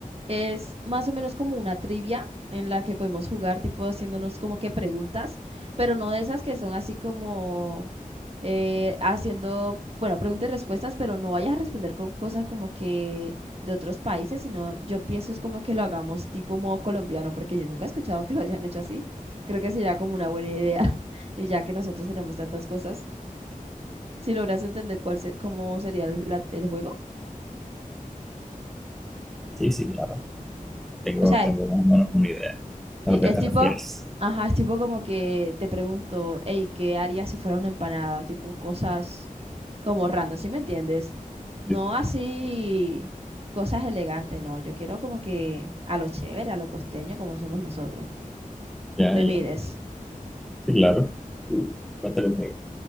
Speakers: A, on the right (about 45°); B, in the centre.
A: es más o menos como una trivia en la que podemos jugar, tipo haciéndonos como que preguntas, pero no de esas que son así como eh, haciendo, bueno, preguntas y respuestas, pero no vayas a responder con cosas como que de otros países, sino yo pienso es como que lo hagamos tipo modo colombiano, porque yo nunca he escuchado que lo hayan hecho así. Creo que sería como una buena idea, <laughs> y ya que nosotros tenemos tantas cosas, si logras entender cuál se- cómo sería el la- el juego.
B: Sí, sí, claro. Tengo,
A: O sea,
B: tengo más o menos una idea a
A: Sí,
B: lo que
A: es
B: te
A: tipo,
B: refieres.
A: ajá, es tipo como que te pregunto, hey, ¿qué harías si fuera una empanada? Tipo cosas como random, ¿sí me entiendes? No
B: Sí, te
A: así cosas elegantes, no. Yo quiero como que a lo chévere, a lo costeño, como somos nosotros.
B: Ya,
A: Te
B: ya,
A: mires.
B: sí, claro. Cuéntale conmigo.